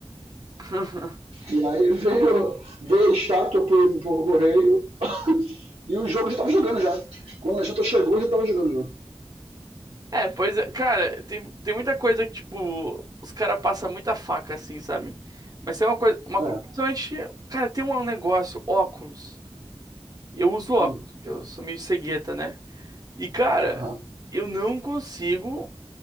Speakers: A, on the right (about 40°); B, on the right (about 85°).
A: <laughs>
B: E aí <laughs> veio, veio a estátua por, por correio e o jogo já estava jogando já. Quando a estátua chegou, já estava jogando o jogo.
A: É, pois é, cara, tem, tem muita coisa que, tipo, os caras passam muita faca, assim, sabe? Mas tem uma coisa, uma
B: Ah,
A: coisa,
B: é.
A: principalmente, cara, tem um negócio, óculos. Eu uso óculos,
B: Hum,
A: porque eu sou meio cegueta, né? E, cara,
B: aham.
A: eu não consigo